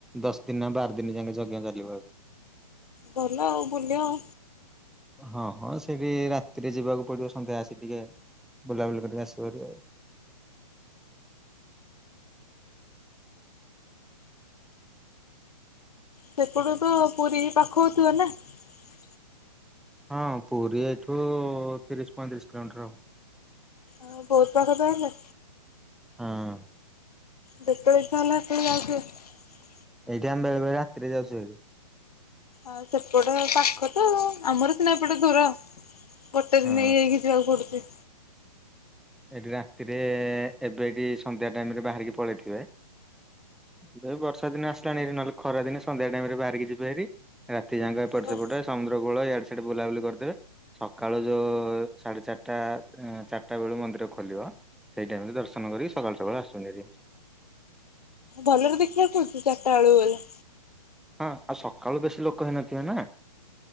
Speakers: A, in the centre; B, on the left (about 75°).
A: ଦଶ ଦିନ ନା ବାର ଦିନ ଯାକେ ଯଜ୍ଞ ଚାଲିବ।
B: ଭଲ ଆଉ ବୁଲ ଆଉ।
A: ହଁ ହଁ ସେଇଠି ରାତିରେ ଯିବାକୁ ପଡିବ ସନ୍ଧ୍ୟା ଆସି ଟିକେ ବୁଲାବୁଲି କରିକି ଆସି ପାରିବ।
B: ସେପଟୁ ତ ପୁରୀ ପାଖକୁ ଥିବ ନା ।
A: ହଁ ପୁରୀ ଏଇଠୁ ତିରିଶ ପଇଁତିରିଶ କିଲୋମିଟର ହବ।
B: ଆଉ ବହୁତ ପାଖ ତାହେଲେ।
A: ହଁ।
B: ଯେତେବେଳେ ଇଚ୍ଛା ହେଲା ସେତେବେଳେ ଯାଉଥିବ।
A: ଏଇଠି ଆମେ ବେଳେବେଳେ ରାତିରେ ଯାଉଛୁ ହାରି।
B: ଆଉ ସେପଟ ପାଖ ତ ଆମର ସିନା ଏପଟେ ଦୂର। ହୋଟେଲ
A: ହଁ
B: ନେଇଯାଇକି ଯିବାକୁ ପଡୁଛି।
A: ଏଠି ରାତିରେ ଏବେ ଏଠି ସନ୍ଧ୍ୟା ଟାଇମ ରେ ବାହାରିକି ପଳେଇଥିବେ ଏବେ ବର୍ଷା ଦିନ ଆସିଲାଣି ହେରି ନହେଲେ ଖରାଦିନେ ସନ୍ଧ୍ୟା ଟାଇମ ରେ ବାହାରିକି ଯିବେ ହେରି ରାତି ଯାକ ଏପଟେ
B: ଓ
A: ସେପଟେ ସମୁଦ୍ରକୂଳ ଇଆଡେ ସିଆଡେ ବୁଲାବୁଲି କରିଦେବେ ସକାଳୁ ଯୋଉ ସାଢ଼େ ଚାରିଟା ଚାରିଟା ବେଳୁ ମନ୍ଦିର ଖୋଲିବ ସେଇଟାଇମରେ ଦର୍ଶନ କରିକି ସକାଳୁ ସକାଳୁ ଆସୁଛନ୍ତି ହାରି।
B: ଭଲରେ ଦେଖିବା କହୁଚୁ ଚାରିଟା ବେଳକୁ ଗଲେ
A: ହଁ ଆଉ ସକାଳୁ ବେଶୀ ଲୋକ ହେଇନଥିବେ ନା